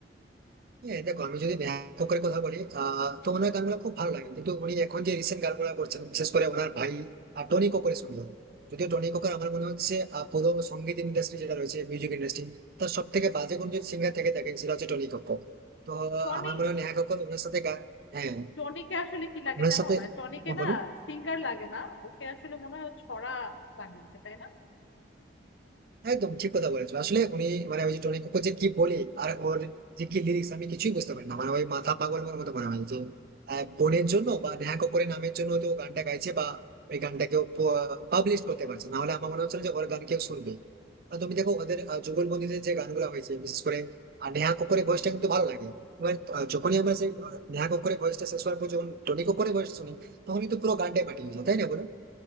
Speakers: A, on the right; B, on the left.
A: হ্যাঁ দেখো আমি যদি ব্যাপক করে কথা বলি আহ তো ওনার গানগুলো খুব ভালো লাগে কিন্তু উনি এখন যে রিসেন্ট গানগুলো করছেন বিশেষ করে ওনার ভাই আহ, টনি কক্করের সঙ্গে যদিও টনি কক্কর আমার মনে হচ্ছে আহ, পুরো সঙ্গীত ইন্ডাস্ট্রি যেটা রয়েছে মিউজিক ইন্ডাস্ট্রি তার সব থেকে বাজে কোন যদি সিঙ্গার থেকে থাকেন সেটা হচ্ছে টনি কক্কর তো আহ,
B: টনি
A: আমার মনে হয় নেহা কক্কর ওনার সাথে গা- হ্যাঁ
B: টনিকে আসলে কি লাগে
A: ওনার
B: জানো
A: সাথে
B: মানে টনিকে
A: হ্যাঁ
B: না
A: বলুন
B: সিঙ্গার লাগে না ওকে আসলে মনে হয় ও ছড়া বানিয়েছে তাই না?
A: একদম ঠিক কথা বলেছো আসলে উনি মানে ওই যে টনি কক্কর যে কি বলে আর ওর যে কি লিরিক্স আমি কিছুই বুঝতে পারি না মানে ওই মাথা পাগল ওর মতো মনে হয় যে আহ, বোনের জন্য বা নেহা কক্করের নামের জন্য তো ও গানটা গাইছে বা ওই গানটাকেও পাবলিশ করতে পারছে না হলে আমার মনে হচ্ছে না যে ওর গান কেউ শুনবে আর তুমি দেখো ওদের আহ, যুগলবন্দিতে যে গানগুলো হয়েছে বিশেষ করে আর নেহা কক্করের ভয়েসটা কিন্তু ভালো লাগে এবার আহ, যখনই আমরা সেই আহ, নেহা কক্করের ভয়েসটা শেষ হওয়ার পর যখন টনি কক্করের ভয়েসটা শুনি তখনই তো পুরো গানটাই মাটি হয়ে যায় তাই না বলো